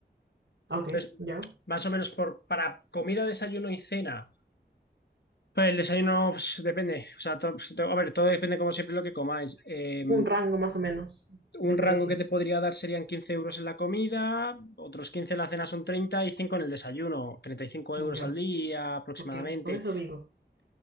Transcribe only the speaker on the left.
Entonces,
más o menos por, para comida, desayuno y cena. Pues el desayuno pues, depende. O sea, to- to- a ver, todo depende como siempre lo que comáis. Eh,
un
rango que te podría dar serían 15 euros en la comida, otros 15 en la cena son treinta y cinco en el desayuno, treinta y cinco euros
al día aproximadamente,